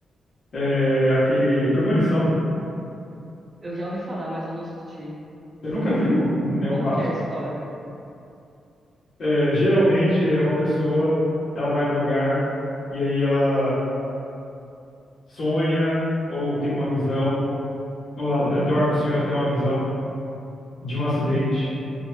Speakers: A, on the left; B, on the right.
A: É aquele Premonição.
B: Eu já ouvi falar, mas eu não assisti.
A: Você nunca viu? Hum, é
B: Como
A: um clássico.
B: que é a história?
A: É, geralmente é uma pessoa, ela vai no lugar e aí ela sonha ou tem uma visão ou ela dorme, sonha, tem uma visão de um acidente